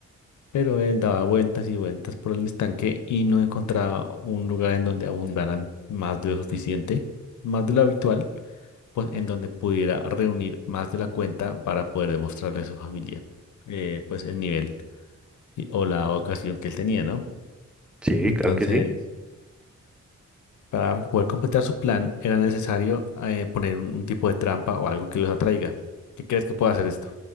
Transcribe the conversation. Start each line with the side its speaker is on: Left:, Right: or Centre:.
Left: Pero él daba vueltas y vueltas por el estanque y no encontraba un lugar en donde abundaran más de lo suficiente, más de lo habitual pues en donde pudiera reunir más de la cuenta para poder demostrarle a su familia, eh, pues el nivel y- o la ocasión que él tenía, ¿no?
Centre: Sí,
Left: Entonces,
Centre: claro que sí,
Left: para poder completar su plan, era necesario eh, poner un, un tipo de trampa o algo que los atraiga. ¿Qué crees que puede hacer esto?